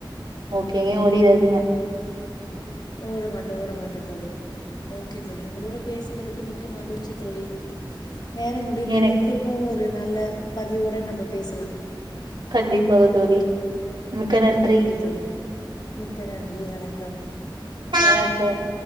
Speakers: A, on the right; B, on the left.
A: ஓகேங்க ஓடிராதிங்க
B: ஓட மாட்ட ஓட மாட்ட தோழி ஓகே தோழி உங்களோட பேசுனதுக்கு மிக்க மகிழ்ச்சி தோழி நேரம் முடிந்தது
A: எனக்கு
B: திரும்பவு ஒரு நல்ல பதிவோட நம்ப பேசலா
A: கண்டிப்பாக தோழி மிக்க நன்றி
B: ஓகே தோழி மிக்க நன்றி வணக்கம்
A: வணக்கம்